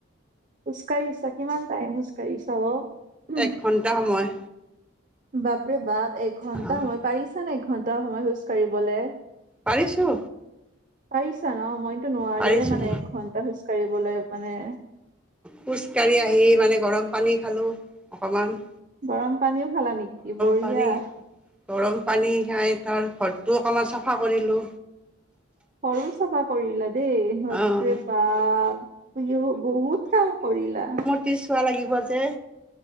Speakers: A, on the right; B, in the centre.
A: খোজকাঢ়িছা কিমান টাইম খোজকাঢ়িছা অ উম,
B: এক ঘণ্টা সময়
A: বাপৰে বাপ এঘন্টা
B: অ',
A: সময় পাৰিছা নে এঘন্টা সময় খোজ কাঢ়িবলে
B: পাৰিছো
A: পাৰিছা ন মইতো নোৱাৰোৱে
B: পাৰিছোঁ।
A: মানে এঘণ্টা খোজ কাঢ়িবলৈ মানে
B: খোজকাঢ়ি আহি মানে গৰম পানী খালোঁ অকমান
A: গৰম পানীও খালা নিকি বঢ়িয়া-
B: পানী গৰম পানী খাই তাৰ ঘৰটোও অকমান চাফা কৰিলোঁ
A: ঘৰু চাফা কৰিলা দেই বা
B: অঁ
A: প ৰে বা- ই বহুত কাম কৰিলা-
B: পিছোৱা লাগিব যে-